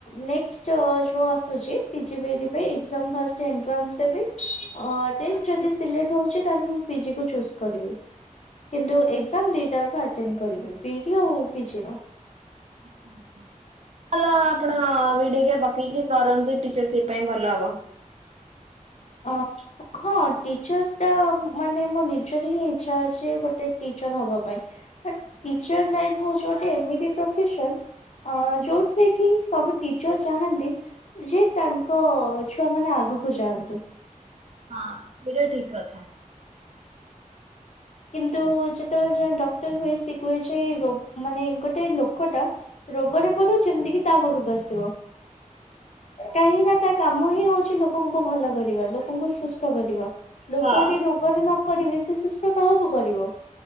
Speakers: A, on the left (about 55°); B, on the right (about 55°).
A: ନେଷ୍ଟ ଯୋଉ ଆସୁଛି ପିଜିି ବି ଇ ଡି ପାଇଁ, ଏକଜାମ ଫାଷ୍ଟ ଏଟ୍ରାନ୍ସ ଦେବି ଅଁ ଦେନ୍ ଯଦି ସିଲେକ୍ଟ ହଉଛି, ତାହେଲେ ମୁଁ ପିଜି କୁ ଚୁଜ କରିବି। କିନ୍ତୁ ଏକ୍ଜାମ ଦିଟାଙ୍କ ଆଟେଣ୍ଡ କରିବି, ବି ଡି ଆଉ ପି ଜି ର।
B: ଉଁ ହୁଁ। ହଲ ଆପଣ <unintelligible> ପକେଇକି କରନ୍ତୁ ଟିଚର୍ ସିପ ପାଇଁ ଭଲ ହବ। <inaudible>
A: ଅ ହଁ ଟିଚର ଟା ମାନେ ମୋ ନିଜର ହିଁ ଇଚ୍ଛା ଅଛି ଗୋଟେ ଟିଚର ହବା ପାଇଁ। ଟିଚର୍ ଲାଇନ ହୋଉଚି ଗୋଟେ ଏମିତି ପ୍ରୋଫେସନ୍ ଅ ଯୋଉଥିରେ କି ସବୁ ଟିଚର ଚାହାନ୍ତି ଯେ ତାଙ୍କ ଛୁଆ ମାନେ ଆଗକୁ ଯାଆନ୍ତୁ।
B: ହଁ ସେଇଟା ଠିକ କଥା।
A: କିନ୍ତୁ ଯେତେବେଳେ ଯଣେ ଡକ୍ଟର ହୁଏ ସେ କୁହେ ଯେ ରୋ ମାନେ ଗୋଟେ ଲୋକଟା ରୋଗରେ ପଡୁ ଯେମିତି କିି ତା ପାଖକୁ ଆସିବ। କାହିଁକି ନା ତା କାମ ହିଁ ହଉଛି ଲୋକଙ୍କୁ ଭଲ କରିବା ଲୋକଙ୍କୁ ସୁସ୍ଥ କରିବା। ଲୋକ
B: ହଁ
A: ଯଦି ରୋଗରେ ନପଡ଼ିବେ ସେ ସୁସ୍ଥ କାହାକୁ କରିବ।